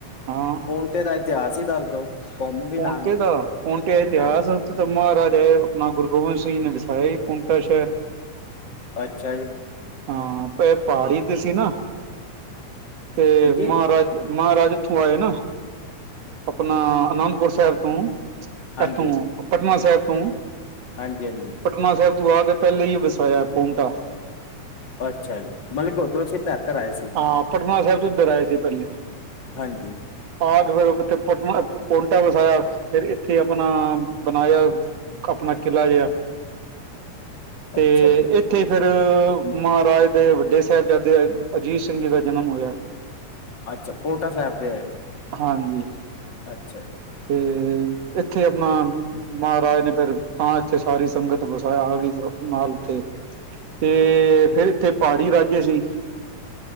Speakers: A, on the right; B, on the left.
A: ਹਾਂ
B: ਪੋਂਟੇ ਦਾ ਇਤਿਹਾਸ ਈ ਦੱਸ ਦੋ। ਵੀ
A: ਪੋਂਟੇ
B: ਲਾਂਗੇ
A: ਦਾ ਪੋਂਟੇ ਇਤਿਹਾਸ
B: ਹਾਂਜੀ
A: ਤਾਂ ਮਹਾਰਾਜਾਏ ਆਪਣਾ ਗੁਰੂ ਗੋਬਿੰਦ ਸਿੰਘ ਨੇ ਵਿਸਾਇਆ ਪੋਂਟਾ ਸ਼ਹਿਰ।
B: ਅੱਛਾ ਜੀ।
A: ਹਾਂ, ਭੇ ਪਹਾੜੀ ਤੇ ਸੀ ਨਾ ਤੇ
B: ਹਾਂਜੀ
A: ਮਹਾਰਾਜ ਮਹਾਰਾਜਾ ਇਥੋਂ ਆਏ ਨਾ, ਆਪਣਾ ਅਨੰਦਪੁਰ ਸਾਹਿਬ ਤੋਂ
B: ਹਾਂਜੀ
A: ਇਥੋਂ ਪਟਨਾ ਸਾਹਿਬ ਤੋਂ
B: ਹਾਂਜੀ -ਹਾਂਜੀ।
A: ਪਟਨਾ ਸਾਹਿਬ ਤੂੰ ਆ ਕੇ, ਪਹਿਲਾਂ ਹੀ ਵਸਾਇਆ ਪੋਨਟਾ
B: ਅੱਛਾ ਜੀ, ਮਲ ਓਧਰੋਂ ਸਿੱਖ ਏਧਰ ਆਇ ਸੀ।
A: ਹਾਂ, ਪਟਨਾ ਸਾਹਿਬ ਤੋ ਇਧਰ ਆਏ ਸੀ ਪਹਿਲੇ।
B: ਹਾਂਜੀ।
A: ਆ ਕੇ ਫਿਰ ਉੱਥੇ ਪਟ ਪੋਂਟਾ ਵਸਾਇਆ, ਫਿਰ ਇੱਥੇ ਆਪਣਾ ਬਣਾਇਆ, ਆਪਣਾ ਕਿਲਾ ਜਿਹਾ ਤੇ
B: ਅੱਛਾ ਜੀ
A: ਇ ਉੱਥੇ ਫੇਰ ਮਹਾਰਾਜ ਦੇ ਵੱਡੇ ਸਾਹਿਬਜ਼ਾਦੇ ਆਏ। ਅਜੀਤ ਸਿੰਘ ਜੀ ਦਾ ਜਨਮ ਹੋਇਆ।
B: ਅੱਛਾ, ਪੋਂਟਾ ਸਾਹਿਬ ਤੇ ਆਏ।
A: ਹਾਂਜੀ।
B: ਅੱਛਾ ਜੀ।
A: ਅਤੇ ਇੱਥੇ ਆਪਣਾ ਮਹਾਰਾਜ ਨੇ, ਫਿਰ ਤਾਂਾਂ ਇੱਥੇ ਸਾਰੀ ਸੰਗਤ ਵਸਾਇਆ ਆ ਗਈ ਸੀ। ਨਾਲ ਉੱਥੇ ਤੇ ਫੇਰ, ਇੱਥੇ ਪਹਾੜੀ ਰਾਜੇ ਸੀ।